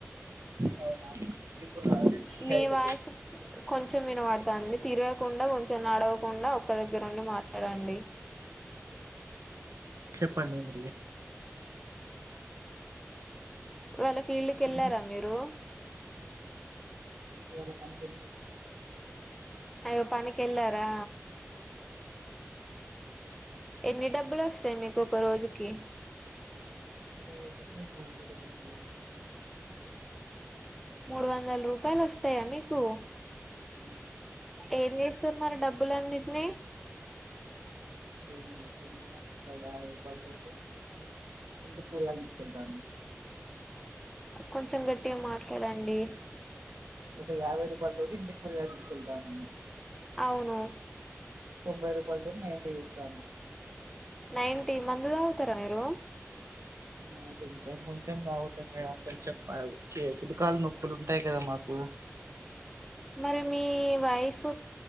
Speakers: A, on the right; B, in the centre.
A: అవునా ఇప్పుడు రాలేదండి
B: మీ వాయిసు కొంచెం వినపడతంది తిరగకుండా కొంచెం నడవకుండా ఒక్క దగ్గరఉండి మాట్లాడండి
A: పడి మరిగ
B: వాళ్ళ ఫీల్డ్ కి వెళ్ళారా
A: మీరే
B: మీరు
A: ఏద పని
B: అయ్యో పనికెళ్ళారా ఎని డబ్బులు వస్తాయి మీకు ఒకరోజుకి
A: నాకు మూడు వందల రూపాయలు
B: మూడు వందల రూపాయలు వస్తాయా మీకు
A: హ
B: ఏం చేస్తారు మరి డబ్బులన్నిటినీ
A: ఏం చేస్తాం మేడమ్ <unintelligible> ఎంటి కూయగి చెరు
B: కొంచెం గట్టిగా మాట్లాడండి
A: ఒక యాభై రూపాయలు తోటి ఇంటికి కూరగాయలు తీసుకెళ్తాఅండి
B: అవును
A: తొంబై రూపాయలతో నైన్ టి వేస్తా
B: నైన్ టీ మందు తాగుతారా మీరు
A: ఆ కొంచెం కొంచెం తాగుతాను మేడం కొంచెం అ చే మోకాలు నొప్పులు ఉంటాయి కదా మాకు
B: మరి మీ వైఫ్